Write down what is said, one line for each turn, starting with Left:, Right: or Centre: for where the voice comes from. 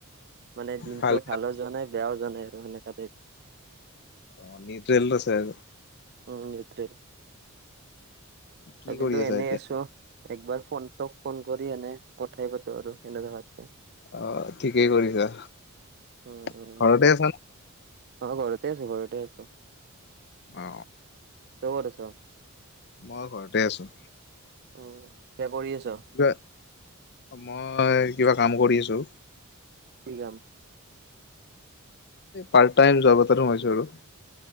Right: মানে দিনটো
Left: ভাল
Right: ভালো যোৱা নাই বেয়াও নাই আৰু সেনেকা তাই
Left: অ নি ট্ৰেইেলৰে আৰু ৰ
Right: উম নিউত্ৰেল
Left: কি
Right: ভাবিলো
Left: কৰি আছা
Right: এনেই
Left: এতিয়া
Right: আছো একবাৰ ফোনটক ফোন কৰি এনে কথাই পাতো আৰু সনে ধাকে
Left: অ ঠিকেই কৰিছা
Right: উম
Left: ঘৰতে
Right: উম
Left: আছা
Right: অ ঘৰতে আছো ঘৰতে আছো
Left: অ
Right: তই কত আছ
Left: মই ঘৰতে আছো
Right: উম কৰি আছে
Left: কিবা মই কিবা কাম কৰি আছো
Right: কি কাম
Left: পাৰ্ট টাইম যব এটাত সোমাইছোঁ আৰু